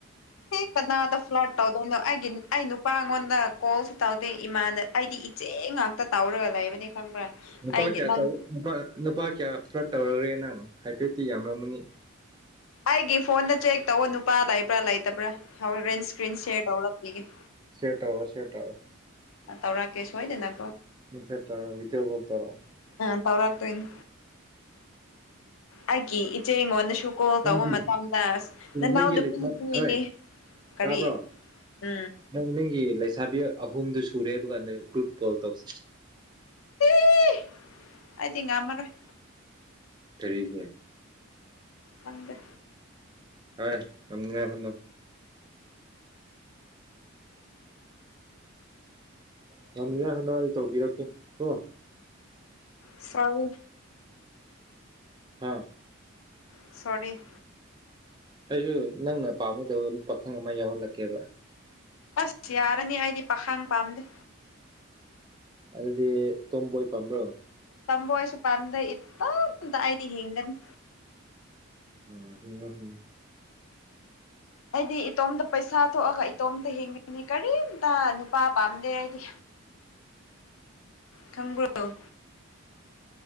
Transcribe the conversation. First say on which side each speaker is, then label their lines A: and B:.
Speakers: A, on the left; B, on the right.
A: ꯍꯦ ꯀꯅꯥꯗ ꯐ꯭ꯂꯠ ꯇꯧꯗꯣꯢꯅꯣ ꯑꯩꯒꯤ ꯅꯨ ꯑꯩ ꯅꯨꯄꯥ ꯉꯣꯟꯗ ꯀꯣꯜꯁꯨ ꯇꯧꯗꯦ ꯏꯃꯥꯟꯕ ꯑꯩꯗꯤ ꯏꯆꯦ ꯉꯥꯛꯇ ꯇꯧꯔꯒ ꯂꯩꯕꯅꯤ ꯈꯪꯕ꯭ꯔꯥ
B: ꯅꯨꯄꯥ
A: ꯑꯩꯒꯤ
B: ꯀꯌꯥ
A: ꯅꯪ
B: ꯇꯧ ꯅꯨꯄꯥ ꯅꯨꯄꯥ ꯀꯌꯥ ꯐ꯭ꯂꯠ ꯇꯧꯔꯨꯔꯦ ꯅꯪ ꯍꯥꯏꯐꯦꯠꯇꯤ ꯌꯥꯝꯔꯝꯃꯅꯤ
A: ꯑꯩꯒꯤ ꯐꯣꯟꯗ ꯆꯦꯛ ꯇꯧ ꯅꯨꯄꯥ ꯂꯩꯕ꯭ꯔꯥ ꯂꯩꯇꯕ꯭ꯔꯥ ꯍꯧꯔꯦꯟ ꯏꯁꯀ꯭ꯔꯤꯟ ꯁꯤꯔ ꯇꯧꯔꯛꯄꯤꯒꯦ
B: ꯁꯤꯔ ꯇꯧꯔꯣ ꯁꯤꯔ ꯇꯧꯔꯣ
A: ꯇꯧꯔꯛꯀꯦ ꯁꯣꯏꯗꯅ
B: ꯁꯤꯌꯔ ꯇꯧꯔꯣ ꯚꯤꯗꯤꯑꯣ ꯀꯣꯜ ꯇꯧꯔꯣ
A: ꯑ ꯇꯧꯔꯥꯛ ꯇꯣꯢꯅꯤ ꯑꯩꯒꯤ ꯏꯆꯦ ꯉꯣꯟꯗꯁꯨ ꯀꯣꯜ ꯇꯧꯕ
B: ꯅꯪꯒꯤ
A: ꯃꯇꯝꯗ ꯑꯁ ꯅꯅꯥꯎ
B: ꯅꯪꯒꯤ
A: ꯅꯨꯄꯤꯗꯤ
B: ꯂꯩꯁꯥ ꯍꯣꯏ
A: ꯀꯔꯤ
B: ꯇꯥꯕ꯭ꯔꯣ
A: ꯎꯝ
B: ꯅꯪ ꯅꯪꯒꯤ ꯂꯩꯁꯥꯕꯤ ꯑꯍꯨꯝꯗꯨ ꯁꯨꯔꯦꯕ ꯍꯥꯏꯕ ꯀꯥꯟꯗ ꯒ꯭ꯔꯨꯞ ꯀꯣꯜ ꯇꯧꯁꯦ
A: ꯑꯦ ꯑꯩꯗꯤ ꯉꯝꯃꯔꯣꯢ
B: ꯀꯔꯤꯒꯤ
A: ꯈꯪꯗꯦ
B: ꯑꯥꯢ ꯉꯝꯅꯤꯉꯥꯢ ꯍꯣꯠꯅꯧ ꯉꯝꯅꯤꯡꯉꯥꯢ ꯍꯣꯠꯅꯧ ꯑꯩ ꯇꯧꯕꯤꯔꯛꯀꯦ ꯀꯣ
A: ꯁꯣꯔꯤ
B: ꯍꯥ
A: ꯁꯣꯔꯤ
B: ꯑꯩꯁꯨ ꯅꯪꯅ ꯄꯥꯝꯒꯗꯕ ꯄꯥꯈꯪ ꯑꯃ ꯌꯥꯎꯍꯜꯂꯛꯀꯦꯕ
A: ꯑꯁ ꯌꯥꯔꯅꯤ ꯑꯩꯗꯤ ꯄꯥꯈꯪ ꯄꯥꯝꯗꯦ
B: ꯑꯗꯨꯗꯤ ꯇꯣꯝꯕꯣꯏ ꯄꯥꯝꯕ꯭ꯔꯣ
A: ꯇꯣꯝꯕꯣꯏ ꯁꯨ ꯄꯝꯗꯦ ꯏꯇꯣꯝꯇ ꯑꯩꯗꯤ ꯍꯤꯡꯒꯅꯤ
B: ꯎ ꯍ ꯍꯨꯝ
A: ꯑꯩꯗꯤ ꯏꯇꯣꯝꯇ ꯄꯩꯁꯥ ꯊꯣꯛꯑꯒ ꯏꯇꯣꯝꯇ ꯍꯤꯡꯉꯤꯅꯤ ꯀꯔꯤꯝꯇ ꯅꯨꯄꯥ ꯄꯥꯝꯗꯦ ꯑꯩꯗꯤ
B: <inaudible>
A: ꯊꯝꯒꯔꯣ